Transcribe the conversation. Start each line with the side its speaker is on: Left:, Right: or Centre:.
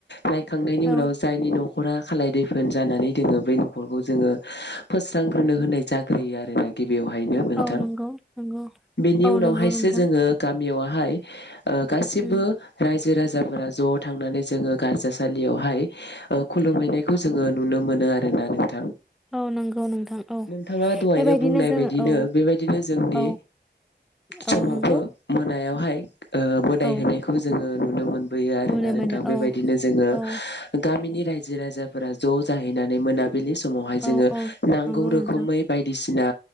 Left: नायखांनायनि उनाव
Centre: औ
Left: जायनि न नखरा खालाय दैफो फोन जानानै दोङो बेै नख नखरखो जोङो फोस्रां होनो होनाय जाग्रोयो आरोना गि बेवहायनो नोंथां
Centre: औ नंगौ नंगौ
Left: बेनि
Centre: औ
Left: उनावहायसो
Centre: नंगौ नोंथां
Left: जोङो गाम बेयावहाय ओ गासिबो
Centre: उम
Left: रायजो राजा जाफोरा ज थांनानै जोङो गारजासालियावहाय खुलुमहैनायखौ जोङो नुनो मोनो आरोना नोंथां।
Centre: औ नंगौ नोंथां औ
Left: नोंथाङा दहायनो
Centre: बेबायदिनो
Left: बुंनाय
Centre: जों
Left: बायदिनो
Centre: औ
Left: बेबायदिनो जोंनि
Centre: औ
Left: समावबो
Centre: औ नंगौ
Left: मोनायाव हाय ओ दाय
Centre: औ
Left: होनायखौ जोङो नुनो मोन <unintelligible> आरोना
Centre: नुनो
Left: नोंथां
Centre: मोनो
Left: बेबायदिनो
Centre: औ
Left: जोङो
Centre: औ
Left: गामिनि रायजो राजाफोरा ज जाहैनानै मोना बेलि समावहाय
Centre: औ
Left: जोङो
Centre: औ
Left: नांगौ
Centre: नंगौ
Left: रोखोमै
Centre: नोंथां
Left: बायदिसिना